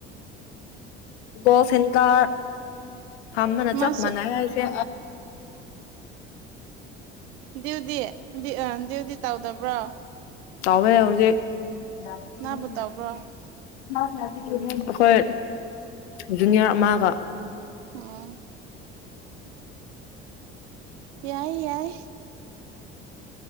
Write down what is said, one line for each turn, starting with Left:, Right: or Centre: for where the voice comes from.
Left: ꯣꯁꯟꯀ ꯐꯝꯕꯅꯥ
Right: ꯃꯥꯁꯨ
Left: ꯆꯞ ꯃꯅꯁꯦ
Right: ꯗ꯭ꯌꯎꯗꯤꯤ ꯗ꯭ꯌꯎꯗꯤꯤ ꯇꯧꯗꯕ꯭ꯔꯣ
Left: ꯇꯃꯦ ꯍꯧ <unintelligible>
Right: ꯅꯪꯕꯨ ꯇꯧꯕ꯭ꯔꯣ
Left: ꯑꯩꯈꯣꯏ ꯖꯨꯅꯤꯌꯥꯔ ꯑꯃꯒ
Right: ꯎꯝ ꯌꯥꯏ ꯌꯥꯏ